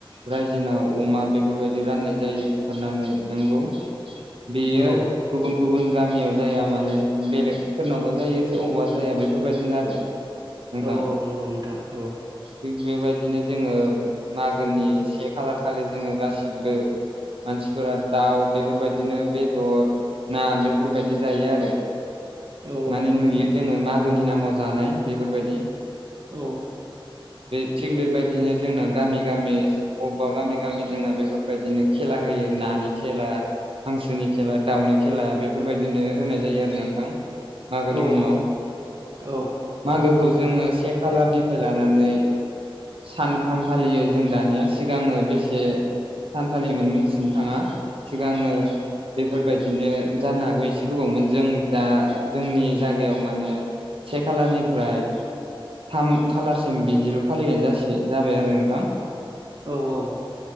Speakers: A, on the right; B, on the right.
A: रायजोनाव अमा बेफोरबायदि राननाय जायो बुथारनानै नोंगौ। बेयो
B: औ
A: गुबुन गुबुन गामियाव जाया माने बेलेग सोरनावबा जायो अबावबा जाया बेफोरबायदिनो आरो। नोंथां
B: औ औ नंगौ नोंथां औ।
A: थिग बेबायदिनो जोङो मागोनि से खालार खालि जोङो गासिबो मानसिफोरा दाउ बेफोरबायदिनो बेदर ना बेफोरबायदि जायो आरो।
B: औ
A: माने नुयो जोङो मागोनि नामाव जानाय बेफोरबायदि।
B: औ।
A: बे थिग बेबायदिनो जोंना गामि गामि अबबा गामि गामि जोंना बेफोरबायदिनो खेला होयो नानि खेला हांसोनि खेला दाउनि खेला बेफोरबायदिनो होनाय जायो आरो नोंथां। मागोनि
B: औ
A: मुङाव।
B: औ
A: मागोखौ जोङो से खालारनिफ्राय लानानै सानथाम फालियो जों दानिया सिगाङो बेसे सान फालिमोन मिथिनो थाङा सिगाङो बेफोरबायदिनो जानो हागौ एसे गोबावमोन। जों दा जोंनि जागायाव माने से खालानिफ्राय थाम खालारसिम बिदिल फालिनाय जासि जाबाय आरो नोंथां।
B: औ औ।